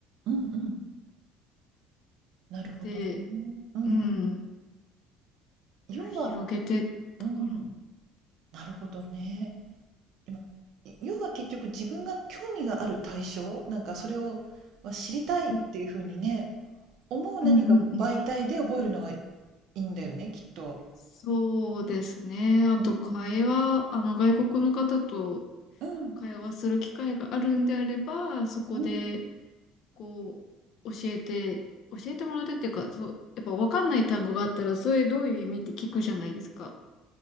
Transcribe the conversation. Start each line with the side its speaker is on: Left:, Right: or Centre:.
Right: うんうん。なるほどね。
Left: で、
Right: うんうん。
Left: うん、
Right: 要は
Left: 広げてたかな。
Right: うん、なるほどね。今、い要は結局自分が興味がある対象、なんかそれをは知りたいっていう風にね、
Left: うん、
Right: 思う何か媒体で覚えるのがい
Left: うんうんうん。
Right: いんだよね、きっと。
Left: そうですね。あと、
Right: うんうん
Left: 会話、あの、外国の方と
Right: うん。
Left: 会話する機会があるんであれば、そこで、
Right: うん、うん。
Left: こう、教えて、教えてもらってっていうか、そう、やっぱ分かんない単語があったら、それどういう意味って聞くじゃないですか。